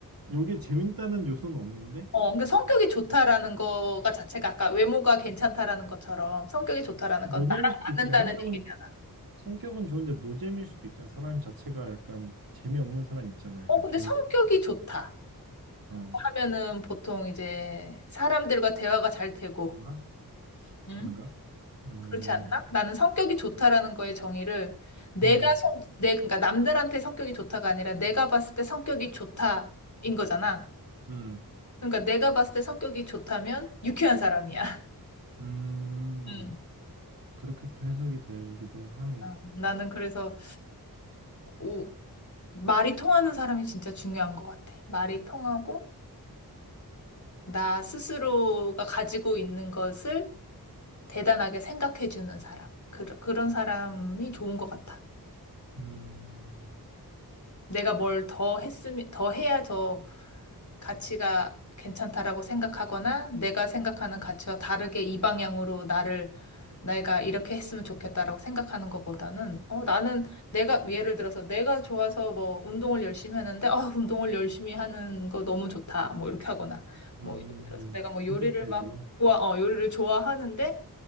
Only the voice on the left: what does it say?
어, 그러니까 성격이 좋다라는 거가 자체가 아까 외모가 괜찮다라는 것처럼 성격이 좋다라는
건 나랑
맞는다는
얘기잖아.
어, 근데
성격이 좋다라고
하면은 보통 이제 사람들과 대화가 잘 되고,
응?
그렇지 않나? 나는 성격이 좋다라는 거의 정의를 내가
성, 내, 그러니까 남들한테 성격이 좋다가 아니라 내가 봤을 때 성격이 좋다인 거잖아.
그러니까 내가 봤을 때 성격이 좋다면 유쾌한 사람이야. <laughs>
응.
어, 나는 그래서 오 말이 통하는 사람이 진짜 중요한 것 같아. 말이 통하고, 나 스스로가 가지고 있는 것을 대단하게 생각해주는 사람. 그, 그런 사람이 좋은 것 같아.
내가 뭘 더 했으면, 더 해야 더 가치가 괜찮다라고 생각하거나 내가 생각하는 가치와 다르게 이 방향으로 나를 내가 이렇게 했으면 좋겠다라고 생각하는 것보다는 어 나는 내가 예를 들어서 내가 좋아서 뭐 운동을 열심히 하는데 아 운동을 열심히 하는 거 너무 좋다 뭐 이렇게 하거나 뭐
예를 들어서
내가 뭐 요리를
막 좋아 어 요리를 좋아하는데